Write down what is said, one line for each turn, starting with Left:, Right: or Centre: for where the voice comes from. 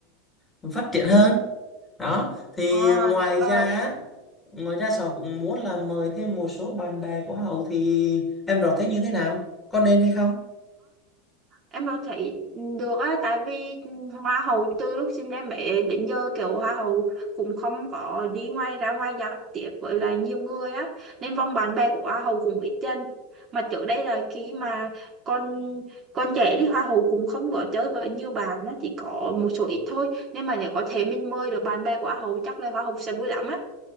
Left: ừm, phát triển hơn đó thì
Right: À,
Left: ngoài
Right: rồi
Left: ra á, ngoài ra họ cũng muốn là mời thêm một số bạn bè của Hậu thì em rõ thế như thế nào có nên hay không
Right: em đâu thấy được á tại vì hoa hậu từ lúc sinh em bé đến giờ kiểu hoa hậu cũng không có đi ngoài ra ngoài giao tiếp với lại nhiều người á nên vòng bạn bè của hoa hậu cũng ít dần mà trước đây là khi mà con con trẻ đi hoa hậu cũng không có chơi với nhiều bạn á chỉ có một số ít thôi nên mà nếu có thể mình mời được bạn bè của hoa hậu chắc là hoa hậu sẽ vui lắm á